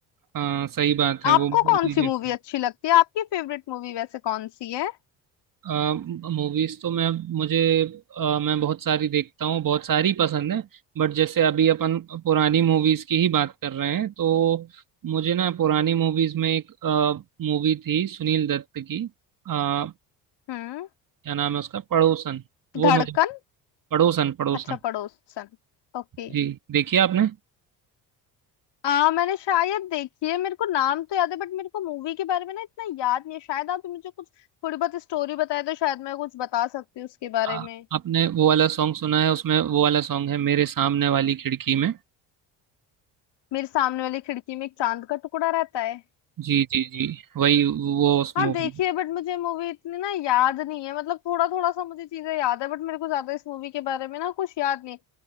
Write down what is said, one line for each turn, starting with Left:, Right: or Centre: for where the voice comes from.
Right: हाँ सही बात है
Left: आपको
Right: वो मूवी
Left: कौन सी
Right: जैसे
Left: मूवी अच्छी लगती है आपकी फेवरेट मूवी वैसे कौन सी है
Right: मूवीज तो मैं मुझे अ, मैं बहुत सारी देखता हूँ बहुत सारी पसंद है बट जैसे अभी अपन पुरानी मूवीज की ही बात कर रहे हैं तो मुझे ना पुरानी मूवीज में एक मूवी थी सुनील दत्त की अ, क्या
Left: हम्म
Right: नाम है उसका पड़ोसन वो
Left: धड़कन
Right: मुझे पड़ोसन पड़ोसन
Left: अच्छा पड़ोसन ओके
Right: जी देखिए आपने
Left: आ मैंने शायद देखी है मेरे को नाम तो याद है बट मेरे को मूवी के बारे में ना इतना याद नहीं है शायद आप मुझे कुछ थोड़ी बहुत स्टोरी बताए तो शायद मैं कुछ बता सकती हूँ उसके बारे
Right: आ,
Left: में
Right: आपने वो वाला सॉन्ग सुना है उसमें वो वाला सॉन्ग है मेरे सामने वाली खिड़की में
Left: मेरे सामने वाली खिड़की में एक चांद का टुकड़ा रहता है
Right: जी जी जी वही वो उस
Left: हाँ
Right: मूवी
Left: देखी है बट मुझे मूवी इतनी ना याद नहीं है मतलब थोड़ा थोड़ा सा मुझे चीजें याद है बट मेरे को ज्यादा इस मूवी के बारे में ना कुछ याद नहीं है।